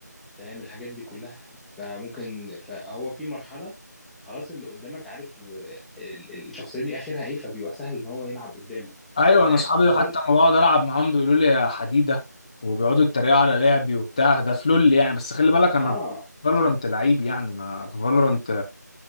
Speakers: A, in the centre; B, on the left.
A: فاهم الحاجات دي كلها فممكن فهو في مرحله خلاص اللي قدامك عارف آه، ال- الشخصيه دي اخرها ايه فبيبقى سهل ان هو يلعب قدامه
B: ايوه
A: فاهم
B: انا اصحابي حتى
A: كل
B: لما بقعد العب معاهم بيقولوا لي يا حديده وبيقعدوا يتريقوا على لعبي وبتاع ده في لول يعني بس خلي بالك انا
A: اه
B: فالورنت لعيب يعني ما في فالورنت